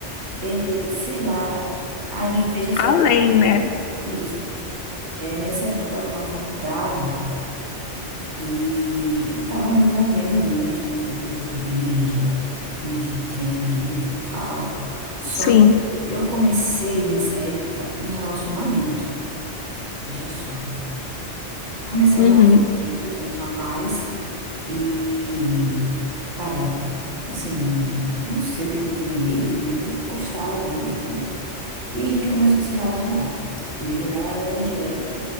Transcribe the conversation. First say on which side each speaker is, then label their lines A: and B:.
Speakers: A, on the right (about 40°); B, on the left (about 60°).
A: É, sei lá. Aí, veja só,
B: Além, né?
A: isso. É, nessa época eu tava na faculdade. E eu tava me envolvendo muito com os grupos da igreja, como eu te- tinha te dito e tal. Só
B: Sim,
A: que eu comecei nessa época um relacionamento, veja só. Comecei
B: Uhum.
A: um relacionamento com um rapaz e, cara, assim, não sei o que que eu vi nele, mas eu gostava dele, assim. E a gente começou a se relacionar. E ele não era evangélico,